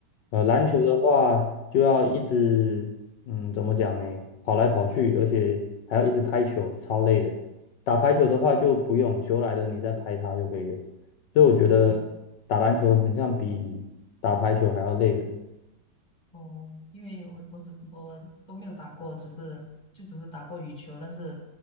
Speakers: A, on the left; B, on the left.
A: 呃，篮球的话就要一直，
B: 哦。
A: 嗯，怎么讲呢？跑来跑去，而且还要一直拍球，超累的。打排球的话就不用，球来了你再拍它就可以了。所以我觉得打篮球很像比打排球还要累人。
B: 嗯。哦，因为我我只我都没有打过，只是就只是打过羽球，但是